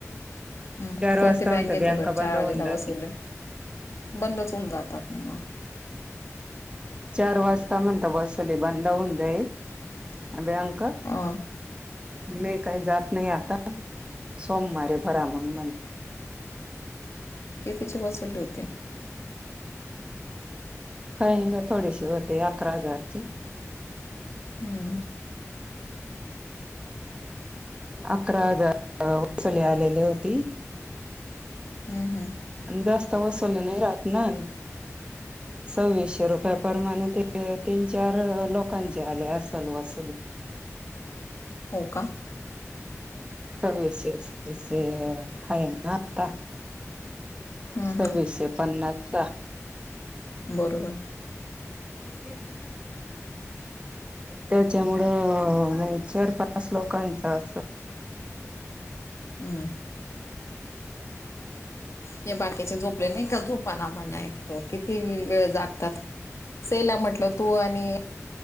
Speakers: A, on the left; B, on the right.
A: हम्मं कोणती
B: वाजता
A: बँक
B: म्हणत
A: येते
B: बँका
A: बरं
B: बंद
A: चार वाजेला
B: होऊन जातील
A: वसवले बंदच होऊंन जातांत नाहीं मगढ.
B: चार वाजंता म्हणतां बसली बंद होऊंन जाईल. हो कां
A: हा
B: मी कांहीं जातं नाहीं आंता सोमवारे बरां मंग मणे.
A: कि तिचे बसवले होते.
B: कांहीं कां थोडीशी होते अकरा हजांरची.
A: हम्मं हम्मं.
B: अकरा हजांर वसली आलेली होती.
A: हम्मं हम्मं.
B: आणि जास्तं वसवले नाहीं राहतं नां सव्वीशे रुपया परमांणे ते. ते तीनं चार लोकांचे आले असलं वसूंल.
A: हो कां.
B: सशेष हं नां आंता.
A: हम्म
B: सव्वीसे
A: हम्म
B: पन्नासचां
A: बरोबर.
B: घेतं नां. त्यांच्यामुळे चार पांच लोकांचा असं.
A: हम्मं. हे बाकीचे झोपले नाहीं कां झोपांना म्हणयं. तरं किती वेळं जागतांत सेला म्हटलं. तूं आणि